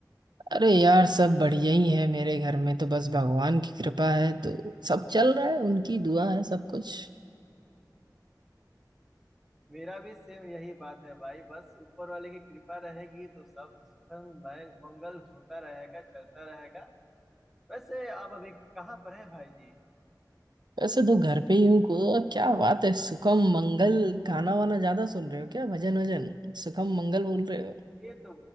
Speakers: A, on the right; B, in the centre.
A: अरे यार सब बढ़िया ही है मेरे घर में तो बस भगवान की कृपा है तो सब चल रहा है उनकी दुआ है सब कुछ
B: मेरा भी सेम यही बात है भाई बस ऊपर वाले की कृपा रहेगी तो सब सुखम मय- मंगल होता रहेगा चलता रहेगा वैसे आप अभी कहाँ पर हैं भाई जी
A: वैसे तो घर पे ही हूँ को और क्या बात है सुखम मंगल गाना वाना ज्यादा सुन रहे हो क्या भजन वजन सुखम मंगल बोल रहे हो
B: ये तो